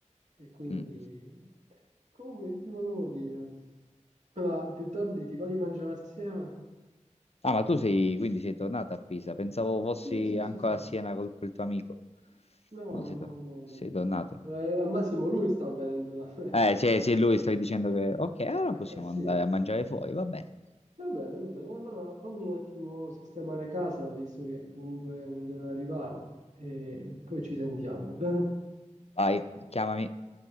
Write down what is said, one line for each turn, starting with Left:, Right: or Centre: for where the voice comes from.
Right: E quindi...
Left: Mm.
Right: Comunque ti volevo dire... Ma più tardi ti va di mangiare assieme?
Left: Ah, ma tu sei, quindi sei tornata a Pisa. Pensavo fossi
Right: Sì, sì,
Left: ancora
Right: sì, sì.
Left: a Siena col quel tuo amico.
Right: No,
Left: No, sei,
Right: no,
Left: to-
Right: no,
Left: sei
Right: no, no.
Left: tornato.
Right: no. Eh, al massimo lui sta venendo da me.
Left: Eh, se, se lui stai dicendo che, ok, allora
Right: Eh,
Left: possiamo
Right: eh, sì.
Left: andare a mangiare fuori, va bene.
Right: Va bene, va bene. Allora fammi un attimo sistemare casa, visto che comunque mi deve arrivare. E poi ci sentiamo, va bene?
Left: Vai, chiamami.